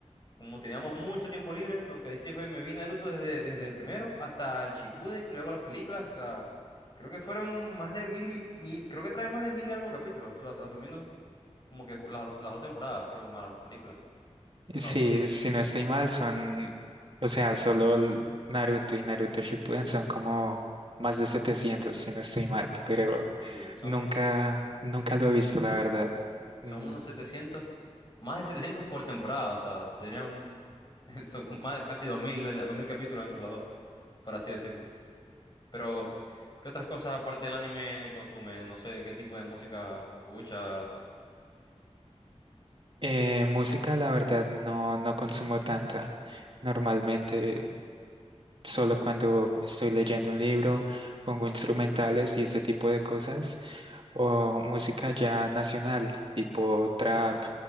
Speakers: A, on the left; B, on the right.
A: como teníamos mucho tiempo libre, lo que hice fue me vi Naruto desde, desde el primero hasta el Shippuden, luego las películas, o sea, creo que fueron más de mil y mil, creo que trae más de mil y algo capítulos, as- asumiendo como que ju- las, dos- las dos temporadas, creo que más las películas,
B: Y
A: una
B: Sí,
A: locura.
B: si no estoy mal, son, o sea, solo el Naruto y Naruto Shippuden son como más de 700 si no estoy mal, pero
A: Sí, son,
B: nunca, nunca lo he visto, la verdad.
A: Son
B: Mm,
A: unos 700, más de 700 por temporada, o sea, serían <laughs> son más de casi 2000, eh, 2000 capítulos entre los dos, por así decirlo. Pero, ¿qué otras cosas aparte del anime consumes? No sé, ¿qué tipo de música escuchas?
B: eh, música, la verdad, no, no consumo tanta. Normalmente. Solo cuando estoy leyendo un libro, pongo instrumentales y ese tipo de cosas, o música ya nacional, tipo trap,